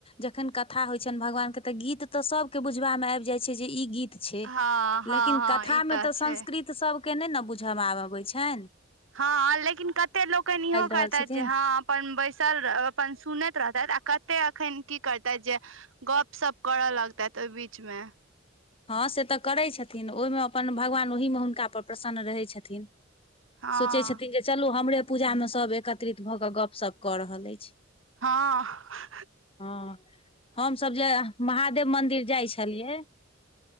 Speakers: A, on the left; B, on the right.
A: जखन कथा होइ छैन भगवान के तऽ गीत तऽ सभके बुझबामे आएब जाइ छै जे ई गीत छै
B: हँ हँ
A: लेकिन
B: हँ
A: कथामे
B: ई
A: तऽ संस्कृत
B: छै
A: सभके नै न आब बुझब आबैन छेन
B: हँ लेकिन कते लोकेन इहो करतेथ
A: रहल छथिन
B: जे हँ अपन बैसल अपन सुनैत रहतेथ आ कते एखन की करतेथ जे गपशप करऽ लगतेथ ओइ बीच मे
A: हँ से तऽ करै छथिन ओइमे अपन भगवान ओहिमे हुनकापर प्रसन्न रहै छथिन
B: हँ
A: सोचै छथिन जे चलू हमरे पूजामे सभ एकत्रित भऽ कऽ गपशप कऽ रहल एछ
B: हँ
A: हँ हमसब जे महादेव मदिर जाइ छलियै